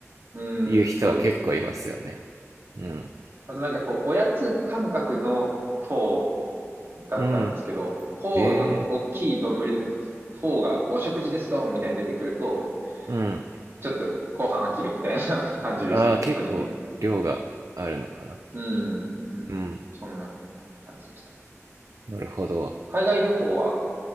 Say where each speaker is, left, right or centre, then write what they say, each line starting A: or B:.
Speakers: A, on the right; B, on the right.
A: うん、
B: いう人は結構いますよね。
A: そうですよね。
B: うん。
A: うん。あとなんかこう、おやつ感覚のフォーだったんですけど、
B: うん。
A: フォーの大きい丼で、
B: へえ。
A: フォーがお食事ですドンみたいに出てくると、
B: うん。
A: ちょっと後半飽きるみたいな <laughs> 感じでした。
B: ああ、結構量があるのかな。
A: 個人的に。うん、うん。
B: うん。
A: そんな感じでした。
B: なるほど。
A: 海外旅行は